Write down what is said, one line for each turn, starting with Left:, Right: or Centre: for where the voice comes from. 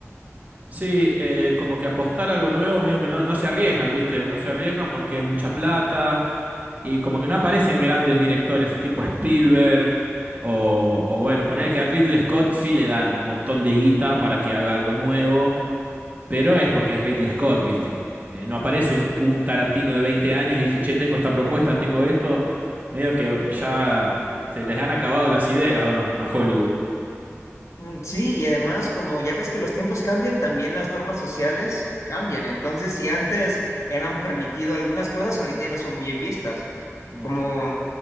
Right: Sí, eh, como que apostar a algo nuevo, medio que no, no se arriesgan, ¿viste? No se arriesgan porque es mucha plata y como que no aparecen grandes directores, así tipo Spielberg o, o bueno, poner que a Ridley Scott sí le dan un montón de guita para que haga algo nuevo Pero es porque es Ridley Scott, ¿viste? Eh, no aparece un, un Tarantino de 20 años y dice, che, tengo esta propuesta, tengo esto. Medio que ya se les han acabado las ideas, ¿o no? A Hollywood.
Left: Mm, Sí, y además, como ya ves que los tiempos cambian, también las normas sociales cambian. Entonces, si antes eran permitido algunas cosas, ahorita ya no son bien vistas.
Right: Mm,
Left: Como